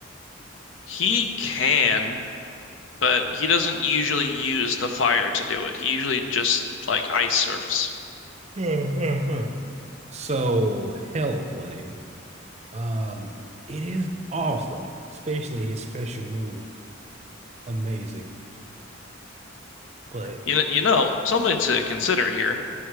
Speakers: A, on the left; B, on the right.
A: he can. but he doesn't usually use the fire to do it. He usually just like ice surfs.
B: <laughs> So hell flame. Um, it is awesome, especially his special move. Amazing. But
A: You know, you know, something to consider here.